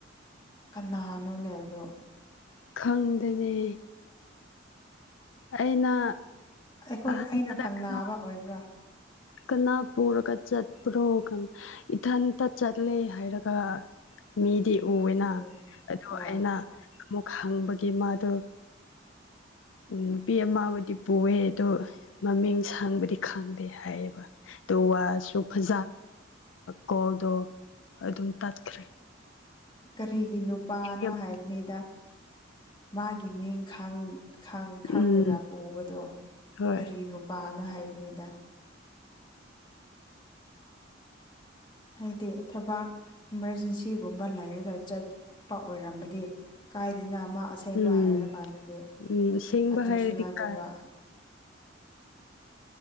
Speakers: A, on the left; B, on the left.
A: ꯀꯅꯥꯅꯨ ꯂꯩꯗꯣ
B: ꯈꯪꯗꯅꯦ ꯑꯩꯅ
A: ꯑꯩꯈꯣꯏ
B: ꯑꯍꯥꯟꯕꯗ
A: ꯑꯩꯅ ꯈꯪꯅꯕ
B: ꯀꯅꯥ
A: ꯑꯣꯏꯕ꯭ꯔꯥ
B: ꯀꯅꯥ ꯄꯨꯔꯒ ꯆꯠꯄ꯭ꯔꯣ ꯏꯊꯟꯇ ꯆꯠꯂꯦ ꯍꯥꯏꯔꯒ ꯃꯤꯗꯤ ꯎꯋꯦꯅ
A: ꯑꯗꯨꯅꯦ
B: ꯑꯗꯨ
A: ꯍꯣꯏ
B: ꯑꯩꯅ ꯑꯃꯨꯛ ꯍꯪꯕꯒꯤ ꯃꯥꯗꯨ ꯅꯨꯄꯤ ꯑꯃꯕꯨꯗꯤ ꯄꯨꯑ ꯑꯗꯣ ꯃꯃꯤꯡ ꯁꯪꯕꯗꯤ ꯈꯪꯗꯦ ꯍꯥꯏꯌꯦꯕ ꯎ ꯋꯥꯁꯨ ꯐꯖ ꯀꯣꯜꯗꯣ ꯑꯗꯨꯝ ꯇꯠꯈ꯭ꯔꯦ
A: ꯀꯔꯤꯒꯤ ꯅꯨꯄꯥꯅꯣ
B: ꯌꯥꯝ
A: ꯍꯥꯏꯕꯅꯤꯗ ꯃꯥꯒꯤ ꯃꯍꯤꯡꯈꯥꯡ ꯈꯥꯡ ꯈꯥꯡꯗꯅ
B: ꯎꯝ
A: ꯄꯣꯛꯕꯗꯣ
B: ꯍꯣꯏ
A: ꯀꯔꯤꯅꯣ ꯂ ꯍꯥꯏꯅꯤꯗ ꯍꯥꯏꯗꯤ ꯊꯕꯥꯛ ꯏꯃꯥꯔꯖꯦꯟꯁꯤꯒꯨꯝꯕ ꯂꯩꯔꯒ ꯆꯠꯄ ꯑꯣꯏꯔꯝꯕꯗꯤ ꯀꯥꯏꯔꯤꯅ ꯑꯃ ꯑꯁꯦꯡꯕ
B: ꯎꯝ
A: ꯍꯥꯏꯔꯀꯥꯟꯗꯗꯤ
B: ꯎꯝ ꯁꯦꯡꯕ
A: ꯑꯗꯨ
B: ꯍꯥꯏꯔꯗꯤ
A: ꯁꯨꯅꯗꯕ
B: ꯀꯥꯏ
A: <inaudible>